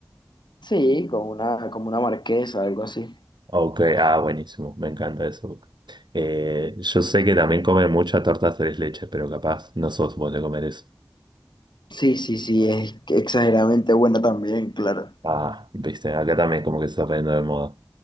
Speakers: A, on the left; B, on the right.
A: Sí, como una, como una marquesa, algo así.
B: Ok, ah, buenísimo. Me encanta eso. Eh, yo sé que también comen muchas tortas tres leches, pero capaz no sos vos de comer eso.
A: Sí, sí, sí, es que exageradamente buena también, claro.
B: Ah, viste, acá también como que se está poniendo de moda.